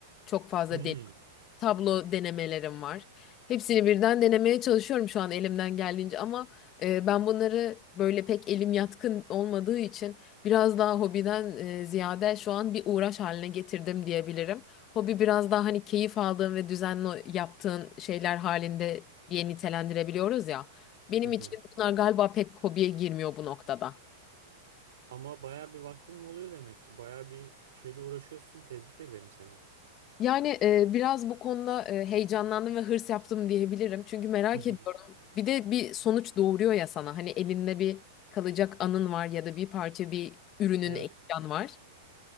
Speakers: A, on the left; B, on the right.
A: çok fazla
B: Hmm.
A: tablo denemelerim var. Hepsini birden denemeye çalışıyorum şu an elimden geldiğince ama e, ben bunları böyle pek elim yatkın olmadığı için biraz daha hobiden e, ziyade şu an bir uğraş haline getirdim diyebilirim. Hobi biraz daha hani keyif aldığın ve düzenli yaptığın şeyler halinde diye nitelendirebiliyoruz ya. Benim
B: Hı hı.
A: için bunlar galiba pek hobiye girmiyor bu noktada.
B: Ama baya bir vaktin mi oluyor demek ki? Baya bir şeyle uğraşıyorsun. Tebrik ederim seni.
A: Yani e, biraz bu konuda e, heyecanlandım ve hırs yaptım diyebilirim. Çünkü merak
B: Hı hı.
A: ediyorum. Bir de bir sonuç doğuruyor ya sana. Hani elinde bir kalacak anın var ya da bir parça bir ürünün
B: Evet.
A: eşyan var.